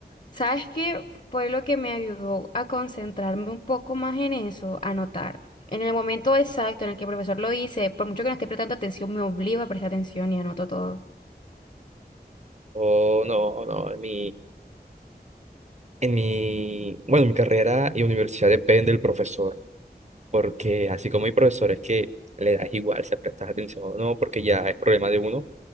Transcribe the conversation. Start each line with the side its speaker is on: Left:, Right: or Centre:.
Left: ¿sabes qué fue lo que me ayudó a concentrarme un poco más en eso? Anotar. En el momento exacto en el que el profesor lo dice, por mucho que no esté prestando atención, me obligo a prestar atención y anoto todo.
Right: O no, no, en mi, en mi, bueno, mi carrera y universidad depende del profesor, porque así como hay profesores que le das igual si prestas atención o no, porque ya es problema de uno,